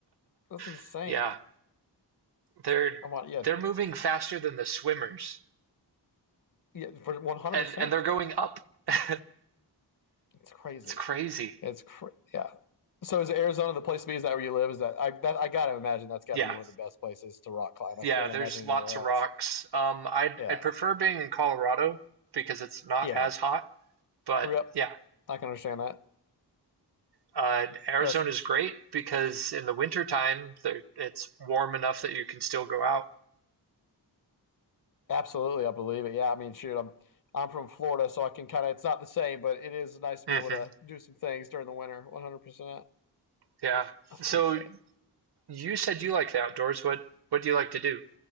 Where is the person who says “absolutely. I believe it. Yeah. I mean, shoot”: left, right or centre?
Left